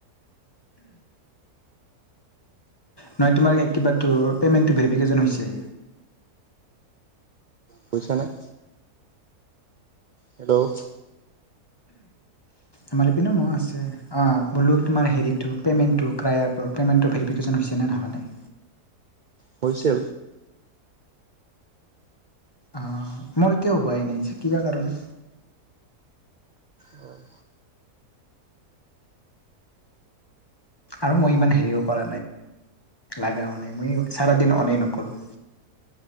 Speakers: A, on the left; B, on the right.
A: নহয় তোমাৰ এ কিবাটো পে'মেণ্টটো ভেৰিফিকেশ্যন হৈছে।
B: পইচা নাই। হেল্ল'?
A: আমাৰ পিনে মোৰ আছে, অ বোলো তোমাৰ হেৰিটো পেমেণ্টটো ক্ৰায়া এপৰ পে'মেণ্টটো ভেৰিফি কেশ্বন হৈছে নে নাই হোৱা নাই?
B: হৈছে।
A: অ, মোৰ এতিয়াও হোৱাই নাই যে কিবা কাৰণ
B: হয়।
A: আৰু মই ইমান হেৰিও কৰা নাই, লাগাও নাই মই চাৰা দিন অনেই নকৰোঁ।